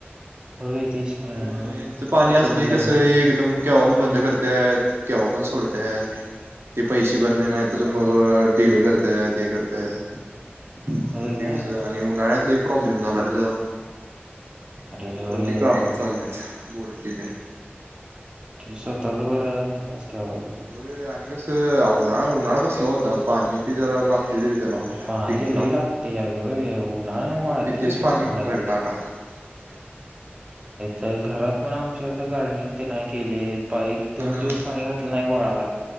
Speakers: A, on the right (about 25°); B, on the right (about 75°).
A: होय. तेच
B: अ
A: की
B: यांचं पाणी
A: तिकडून
B: असलं
A: घ्यावं
B: कस
A: लागतं
B: एकदम केव्हा बंद करताय केव्हा पण सोडतय ते पैसे भरले नाही तर मगं डिले करता ह ते करता हं
A: होय काय
B: ते कसं आणि उन्हाळ्यातले प्रॉब्लेम झाला र त्याचा.
A: अरे होय
B: म ती काम चाललेत बोरची.
A: ते स्वतःच बरं असते बाबा ते
B: होय आणि कसं उन्हाळा उन्हाळा कसला होता पाणी ते जरा ला रीतला
A: पाणी
B: पिकला
A: लई लागते यावेळी होय उन्हानं वाळते
B: पिततेच
A: लगेच
B: पाणी घट्टा
A: नाही दिलं
B: घट्टा. हॅलो
A: तर घरात पण आमच्या तर गार्डनिंग ते नाही केले. एक
B: हम्म
A: दोन दिवस पाणी घातलं नाही वाळा